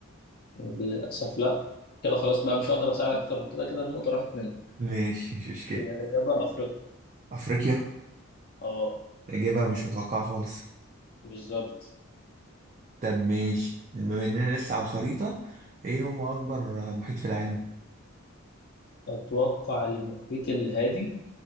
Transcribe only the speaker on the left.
للاسف لا كده خلاص بقى مش هقدر اساعدك اكتر من كده كده النقطه راحت منك
هي الاجابه افريقيا
اه
بالظبط
اتوقع المحيط الهادي